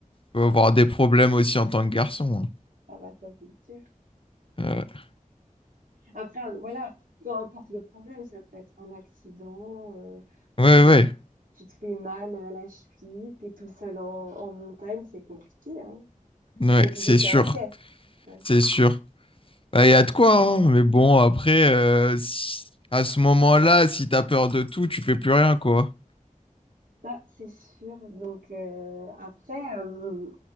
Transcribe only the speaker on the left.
peut avoir des problèmes aussi en tant que garçon.
hein. Euh,
ouais,
ouais,
ouais,
c'est
sûr,
c'est sûr. Bah, il y a de quoi, hein. Mais bon, après, euh, si- à ce moment-là, si t'as peur de tout, tu fais plus rien, quoi.